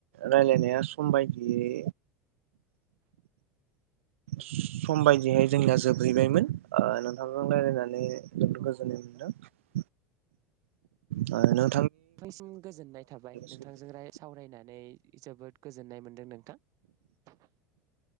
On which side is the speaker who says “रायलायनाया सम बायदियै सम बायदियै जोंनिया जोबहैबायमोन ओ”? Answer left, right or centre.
Right